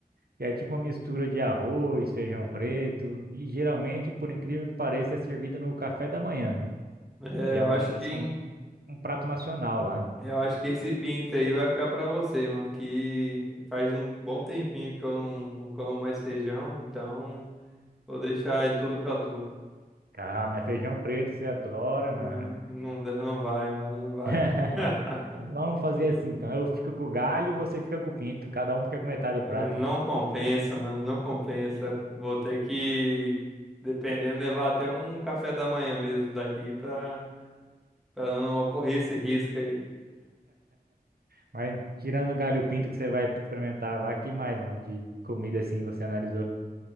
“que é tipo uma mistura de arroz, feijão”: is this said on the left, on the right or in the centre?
Right